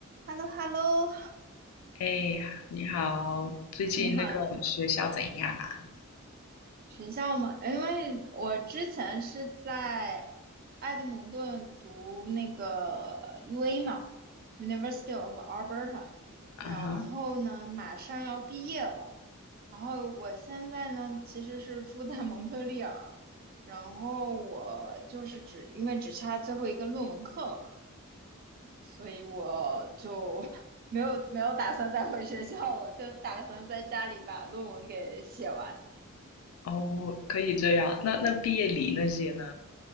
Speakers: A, on the right; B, on the left.
A: h e l l o h e l l o
B: 哎，你好，最近那个学校怎样啊？
A: 你好，你学校吗？因为我之前是在埃德蒙顿读那个 UA 嘛，University of Alberta，然后呢，
B: 啊哈，
A: 马上要毕业了。然后我现在呢，其实是住在蒙特利尔，然后我就是只因为只差最后一个论文课了嘛。所以我就 <laughs> 没有没有打算再回学校，了，就打算在家里把论文给写完
B: 哦，可以这样。那那毕业礼那些呢？